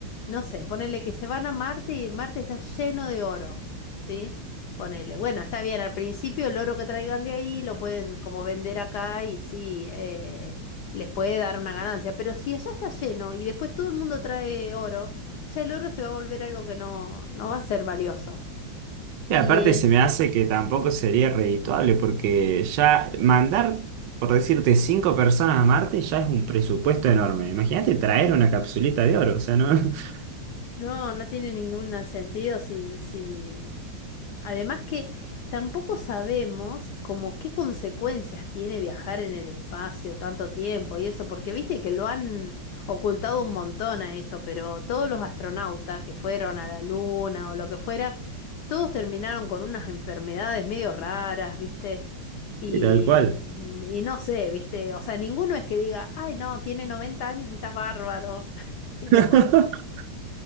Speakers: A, on the left; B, on the right.
A: no sé, ponele que se van a Marte y Marte está lleno de oro, ¿sí? Ponele, bueno, está bien, al principio el oro que traigan de ahí lo pueden como vender acá y sí, eh, les puede dar una ganancia, pero si allá está lleno y después todo el mundo trae oro, ya el oro se va a volver algo que no, no va a ser valioso. Y
B: Y aparte
A: eh,
B: se me hace que tampoco sería redituable porque ya mandar, por decirte, cinco personas a Marte ya es un presupuesto enorme. Imagínate traer una capsulita de oro, o sea, ¿no? <laughs>
A: no, no tiene ningún sentido si, si Además que tampoco sabemos como qué consecuencias tiene viajar en el espacio tanto tiempo y eso, porque viste que lo han ocultado un montón a eso, pero todos los astronautas que fueron a la Luna o lo que fuera, todos terminaron con unas enfermedades medio raras, viste, y,
B: Y tal cual.
A: mm, y no sé, viste, o sea, ninguno es que diga, ay no, tiene 90 años, estás bárbaro. <laughs> No.
B: <laughs>